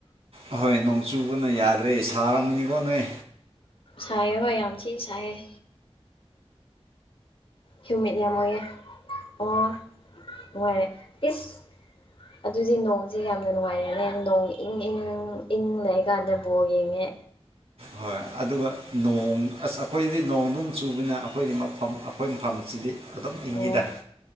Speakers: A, on the right; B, on the left.
A: ꯑꯍꯣꯏ ꯅꯣꯡꯆꯨꯕꯅ ꯌꯥꯗ꯭ꯔꯦ ꯁꯥꯔꯝꯃꯅꯤꯀꯣ ꯅꯣꯏ
B: ꯁꯥꯏꯌꯦ ꯍꯣꯏ ꯌꯥꯝ ꯊꯤ ꯁꯥꯏꯑꯦ ꯍ꯭ꯌꯨꯃꯤꯠ ꯌꯥꯝ ꯑꯣꯏꯌꯦ ꯑꯣ ꯅꯨꯡꯉꯥꯏꯔꯦ ꯇꯤꯁ ꯑꯗꯨꯗꯤ ꯅꯣꯡꯁꯦ ꯌꯥꯝꯅ ꯅꯨꯡꯉꯥꯏꯔꯦꯅꯦ ꯅꯣꯡ ꯏꯪ ꯏꯪ ꯏꯪ ꯂꯩꯔꯀꯥꯟꯗ ꯕꯣꯜ ꯌꯦꯡꯉꯦ
A: ꯍꯣꯏ ꯑꯗꯨꯒ ꯅꯣꯡ ꯑꯁ ꯑꯩꯈꯣꯏꯗꯤ ꯅꯣꯡ ꯗꯨꯝ ꯆꯨꯕꯅ ꯑꯩꯈꯣꯏꯗꯤ ꯃꯐꯝ ꯑꯩꯈꯣꯏ ꯃꯐꯝꯁꯤꯗꯤ ꯑꯗꯨꯝ ꯏꯪꯉꯤꯗ
B: ꯑꯣ